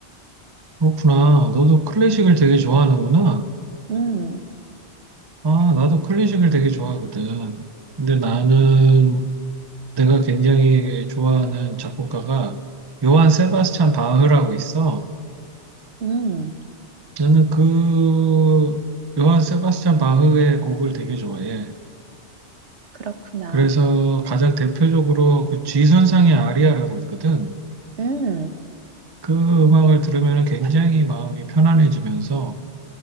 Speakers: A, on the right; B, on the right.
A: 그렇구나. 너도 클래식을 되게 좋아하는구나.
B: 음,
A: 아, 나도 클래식을 되게 좋아하거든. 근데 나는 내가 굉장히 좋아하는 작곡가가 요한 세바스찬 바흐라고 있어.
B: 음,
A: 나는 그 요한 세바스찬 바흐의 곡을 되게 좋아해.
B: 그렇구나.
A: 그래서 가장 대표적으로 그 G선상의 아리아라고 있거든.
B: 음,
A: 그 음악을 들으면 굉장히 마음이 편안해지면서